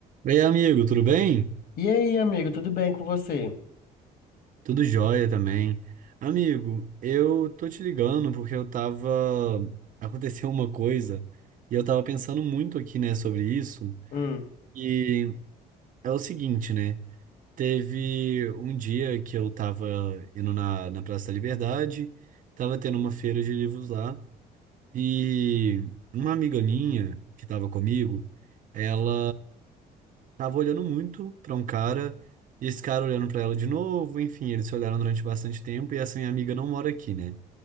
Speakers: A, on the right (about 50°); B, on the left (about 65°).
A: Ei, amigo, tudo bem?
B: E aí, amigo, tudo bem com você?
A: Tudo jóia também. Amigo, eu tô te ligando porque eu tava. Aconteceu uma coisa e eu tava pensando muito aqui, né, sobre isso.
B: Hum.
A: E é o seguinte, né? Teve um dia que eu tava indo na, na Praça da Liberdade, tava tendo uma feira de livros lá. E uma amiga minha que estava comigo, ela tava olhando muito para um cara, e esse cara olhando para ela de novo, enfim, eles se olharam durante bastante tempo e essa minha amiga não mora aqui, né?